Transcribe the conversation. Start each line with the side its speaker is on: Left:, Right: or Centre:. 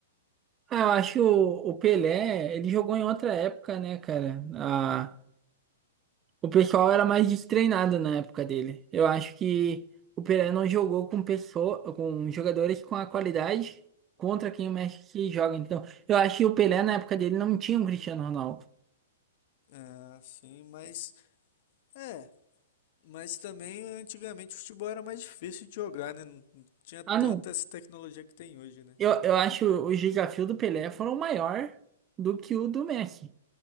Right: Ah, eu acho o, o Pelé, ele jogou em outra época, né, cara? Ah, O pessoal era mais destreinado na época dele. Eu acho que o Pereira não jogou com pessoa, com jogadores com a qualidade contra quem o Messi joga. Então, eu acho que o Pelé na época dele não tinha um Cristiano Ronaldo.
Left: Ah, sim, mas é, mas também antigamente o futebol era mais difícil de jogar, né? Não, não tinha tanta
Right: Ah, não.
Left: essa tecnologia que tem hoje, né?
Right: Eu, eu acho os desafios do Pelé foram maior do que o do Messi.